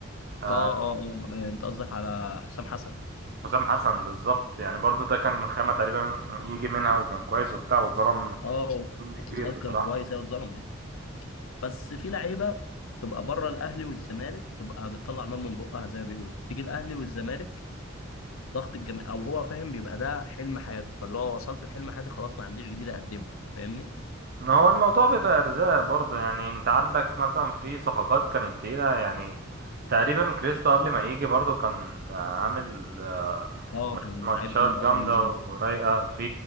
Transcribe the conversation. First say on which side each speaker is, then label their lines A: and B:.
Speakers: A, on the right; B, on the left.
A: آه،
B: اه اه اه آه، انت قصدك على حسام حسن
A: حسام حسن بالظبط يعني برضو ده كان خامة تقريبا يجي منها وكان كويس وبتاع واتظلم
B: اه
A: ظلم كبير
B: الواد
A: بصراحة
B: كان كويس ايوه اتظلم أيوة. بس في لعيبه تبقى بره الاهلي والزمالك تبقى بتطلع نار من بقها زي ما بيقولوا تيجي الاهلي والزمالك ضغط الجامعة او هو فاهم بيبقى ده حلم حياته فاللي هو وصلت لحلم حياتي خلاص ما عنديش جديد اقدمه فاهمني
A: ما هو الموضوع بيبقى ارزاق برضه يعني انت عندك مثلا في صفقات كانت تقيلة يعني تقريبا كريستو قبل ما يجي برضه كان عامل آه،
B: اه كان
A: ماتشات
B: لعيب جامد
A: جامدة
B: قوي قبل ما يجي
A: ورايقة في